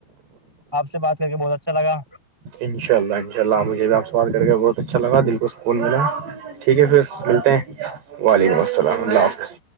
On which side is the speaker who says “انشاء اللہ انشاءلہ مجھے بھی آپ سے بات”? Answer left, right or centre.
Right